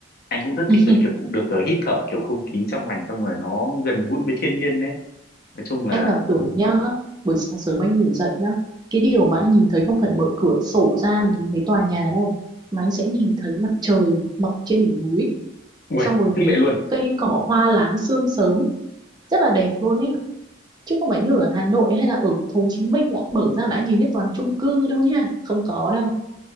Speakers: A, on the left (about 50°); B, on the right (about 20°).
A: anh cũng rất
B: <laughs>
A: thích là kiểu được ờ, hít thở kiểu không khí trong lành xong rồi nó gần gũi với thiên nhiên đấy nói chung là
B: anh cảm tưởng nhá buổi sáng sớm anh ngủ dậy nhá cái điều mà anh nhìn thấy không phải mở cửa sổ ra mình nhìn thấy tòa nhà đâu mà anh sẽ nhìn thấy mặt trời mọc trên đỉnh núi
A: uầy
B: xong rồi
A: thích
B: thấy
A: vậy luôn
B: cây cỏ hoa láng sương sớm rất là đẹp luôn ấy chứ không phải như ở Hà Nội hay là ở Hồ Chí Minh đã mở ra là anh nhìn thấy toàn chung cư đâu nha không có đâu